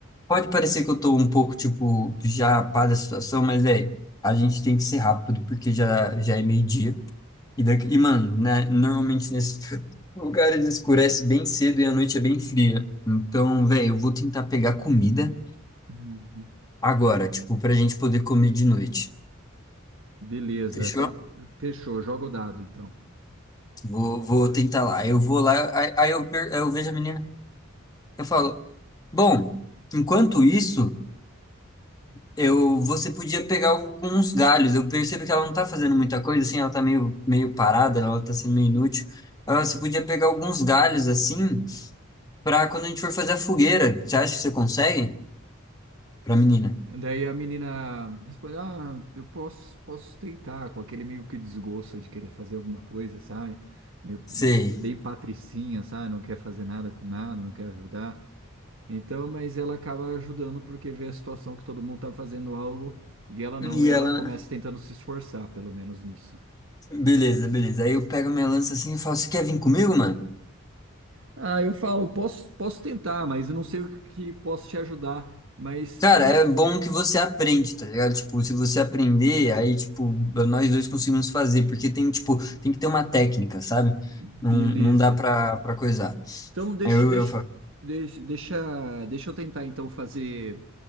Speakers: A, on the left (about 15°); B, on the right (about 60°).
A: Pode parecer que eu tô um pouco, tipo, já pá da situação, mas é. A gente tem que ser rápido, porque já, já é meio-dia. E, daqui... e, mano, né? Normalmente nesses <laughs> lugares escurece bem cedo e a noite é bem fria. Então, velho, eu vou tentar pegar comida
B: Uhum.
A: agora, tipo, pra gente poder comer de noite.
B: Beleza,
A: Fechou?
B: então fechou, joga o dado então.
A: Vou, vou tentar lá. Eu vou lá, aí, aí eu, per- aí eu vejo a menina. Eu falo, bom, enquanto isso. Eu, você podia pegar alguns galhos. Eu percebo que ela não tá fazendo muita coisa, assim, ela tá meio, meio parada, né? ela tá sendo meio inútil. Ah,
B: Hum.
A: Você podia pegar alguns galhos, assim, pra quando a gente for fazer a fogueira. Você acha que você consegue? Pra menina.
B: Daí a menina responde: Ah, eu posso, posso tentar, com aquele meio que desgosto de querer fazer alguma coisa, sabe? Meio,
A: Sei.
B: hum, bem patricinha, sabe? Não quer fazer nada com nada, não quer ajudar. Então, mas ela acaba ajudando porque vê a situação que todo mundo tá fazendo algo e ela não,
A: E
B: e ela
A: ela.
B: começa tentando se esforçar, pelo menos nisso.
A: Beleza, beleza. Aí eu pego minha lança assim e falo: Você quer vir comigo, mano?
B: Ah, eu falo, posso, posso tentar, mas eu não sei o que posso te ajudar, mas
A: Cara,
B: é,
A: é bom que você aprende, tá ligado? Tipo, se você aprender, aí, tipo, nós dois conseguimos fazer, porque tem, tipo, tem que ter uma técnica, sabe?
B: beleza.
A: Não, não dá pra, pra coisar.
B: Então, deixa,
A: Aí eu,
B: deixa,
A: eu falo,
B: deixa, deixa, deixa eu tentar então fazer